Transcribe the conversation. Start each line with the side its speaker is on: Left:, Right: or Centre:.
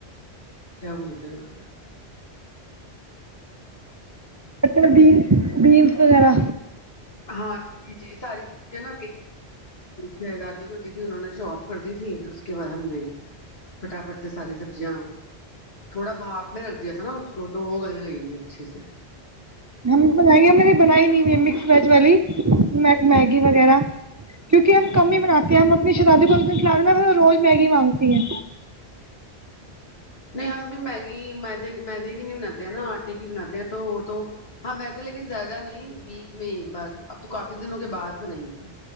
Left: کیا بولتے ہیں اسے
Right: بٹر بینس بیینس وغیرہ
Left: ہاں جی جی ساری سبزبی شہزادی کو دی تھی انہوں نے جاب کر دی تھی اس کے بعد ہم نے فٹافٹ سے ساری سبزیاں تھوڑا بھاپ میں رکھ دیا تھا نا اس کو تو وہ گل گیں گی اچھے سے
Right: ہم بنائیںے میں نے بنائی نہیں مکس ویج والی میگی وغیرہ کیونکہ ہم کم ہی بناتے ہیں ہم اپنی شہاذادے کو کھلا دے روز میگی مانگتی ہیں
Left: نہیں ہم بھی میگی میدے مدے کی نہیں بناتے ہیں نا آٹے کی بناتے ہیں تو وہ تو ہاں ویسے لیکن زیادہ نہیں ویک میں ایک بار اب تو کافی دنوں کے بعد نہیں تھی